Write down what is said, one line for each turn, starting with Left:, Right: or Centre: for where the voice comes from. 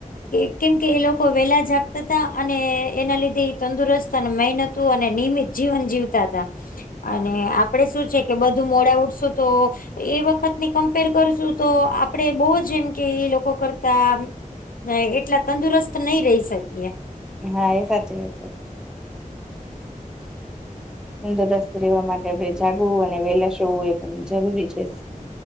Left: કે કેમ કે એ લોકો વેલા જાગતા હતા અને એના લીધે એ તંદુરસ્ત અને મહેનત તું અને નિયમિત જીવન જીવતા હતા. અને આપડે શું છે કે બધું મોડા ઉઠશું તો એ વખતની કમ્પેર કરશું તો આપડે બહુ જેમ કે એ લોકો કરતા ન એટલા તંદુરસ્ત નહી રહી શકીએ.
Centre: હા એ સાચી વાત છે. તંદુરસ્ત રહેેવા માટે આપણે જાગવું અને વેલા સોવું એ પણ જરૂરી છે.